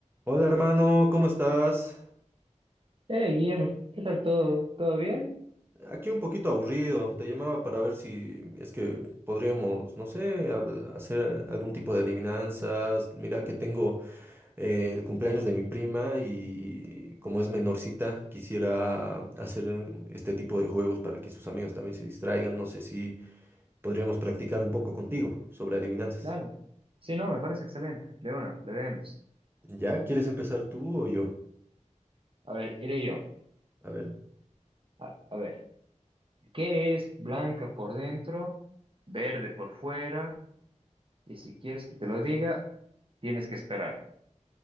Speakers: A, on the right; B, on the right.
A: Hola hermano, ¿cómo estás?
B: Hey, Guillermo, ¿qué tal todo? ¿Todo bien?
A: Aquí un poquito aburrido, te llamaba para ver si es que podríamos, no sé, habl- hacer algún tipo de adivinanzas. Mira que tengo eh, el cumpleaños de mi prima y como es menorcita, quisiera hacer este tipo de juegos para que sus amigos también se distraigan. No sé si podríamos practicar un poco contigo sobre adivinanzas.
B: Dale. Sí, no, me parece excelente. De una, le vemos.
A: ¿Ya? ¿Quieres empezar tú o yo?
B: A ver, iré yo.
A: A ver.
B: A, a ver, ¿qué es blanca por dentro, verde por fuera? Y si quieres que te lo diga, tienes que esperar.